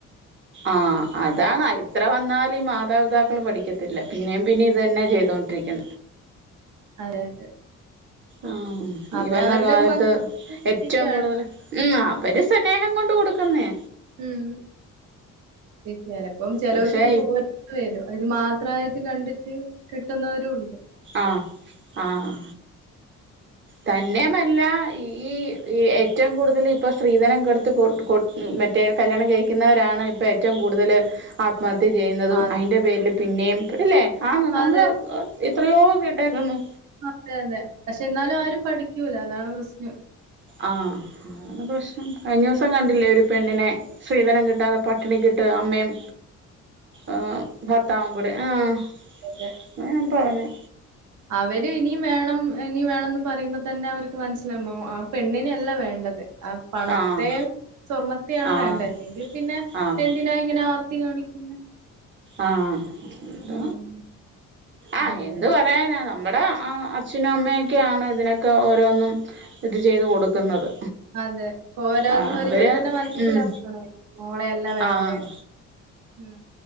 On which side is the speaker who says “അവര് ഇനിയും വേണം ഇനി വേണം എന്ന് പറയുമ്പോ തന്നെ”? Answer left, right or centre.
Right